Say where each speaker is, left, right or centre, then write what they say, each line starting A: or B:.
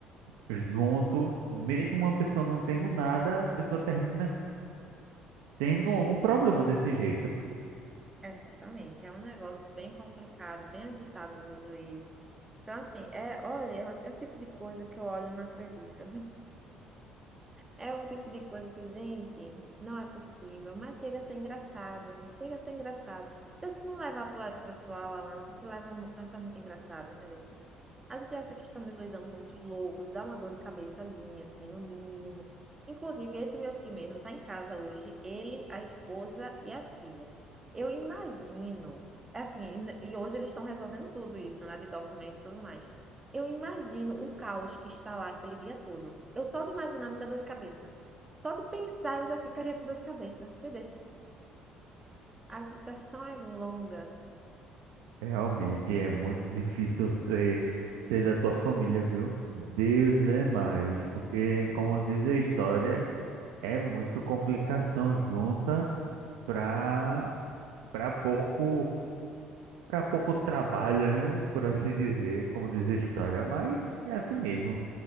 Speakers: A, on the right; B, on the right.
A: junto, mesmo uma pessoa não tendo nada, a pessoa termina tendo algum problema desse jeito.
B: exatamente, é um negócio bem complicado, bem agitado do juízo. Então, assim, é, olha, é o tipo de coisa que eu olho e não acredito. <laughs> É o tipo de coisa que, gente, não é possível, mas chega a ser engraçado, chega a ser engraçado. Se a gente não levar para o lado pessoal, Alan, a gente leva, acha muito engraçado, entendeu? A gente acha que estamos lidando com muitos loucos, dá uma dor de cabeçazinha, assim, no mínimo. Inclusive, esse meu tio mesmo está em casa hoje, ele, a esposa e a filha. Eu imagino, é assim, e e hoje eles estão resolvendo tudo isso, né, de documento e tudo mais. Eu imagino o caos que está lá aquele dia todo. Eu só de imaginar me dá dor de cabeça. Só de pensar eu já ficaria com dor de cabeça, entendeu? A agitação é longa.
A: Realmente é muito difícil ser, ser da tua família, viu? Deus é mais, porque, como diz a história, é muito complicação junta para para pouco para pouco trabalho, né? Por assim dizer, como diz a história, mas é assim mesmo.